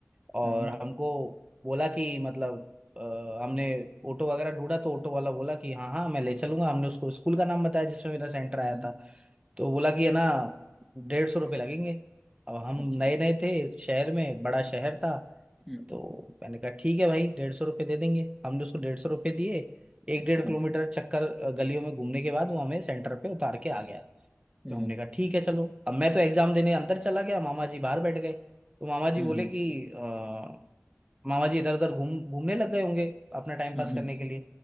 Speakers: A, on the right; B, in the centre.
A: और
B: हम्म,
A: हमको बोला कि मतलब अ, हमने ऑटो वगैरह ढूंढा तो ऑटो वाला बोला कि हाँ हाँ मैं ले चलूंगा हमने उसको स्कूल का नाम बताया जिसमें मेरा सेंटर
B: हम्म,
A: आया था तो बोला कि है ना डेढ़ सौ रुपये लगेंगे अब हम
B: अच्छा
A: नए नए थे शहर में बड़ा शहर था
B: हम्म
A: तो मैंने कहा ठीक है भाई डेढ़ सौ रुपये दे देंगे हमने उसको डेढ़ सौ रुपये दिए एक
B: अच्छा
A: डेढ़ किलोमीटर चक्कर अ, गलियों में घूमने के बाद वो हमें सेंटर पे उतार के आ गया
B: हम्म
A: तो हमने कहा ठीक है चलो अब मैं तो एग्जाम देने अंदर चला गया मामा जी बाहर बैठ गए तो मामा जी
B: हम्म
A: बोले कि अ, मामा जी इधर उधर घूम घूमने लग गए होंगे अपना टाइम
B: हम्म
A: पास करने
B: हम्म
A: के लिए